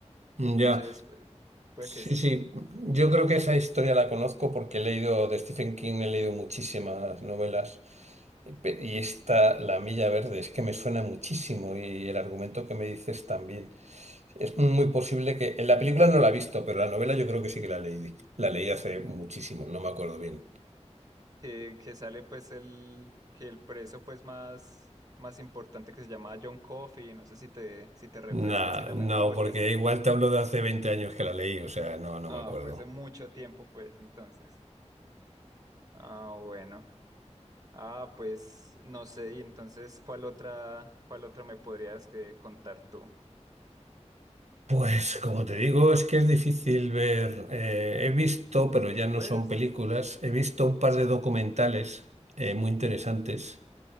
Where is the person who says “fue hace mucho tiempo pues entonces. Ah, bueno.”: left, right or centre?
Right